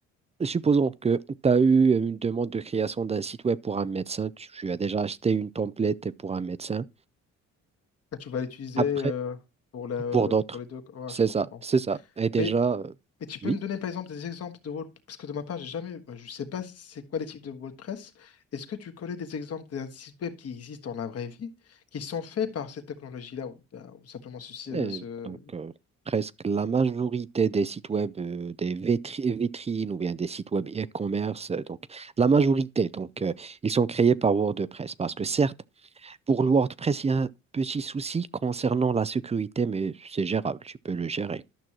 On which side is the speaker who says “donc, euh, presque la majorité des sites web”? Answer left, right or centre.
Right